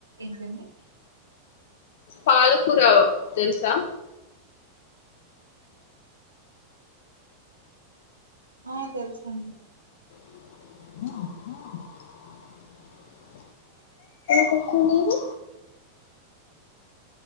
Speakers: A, on the right; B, on the left.
A: ఏంటడి
B: పాాలకూర తెలుసా,
A: ఆ తెలుస అండి
B: ఆ కుకు మీది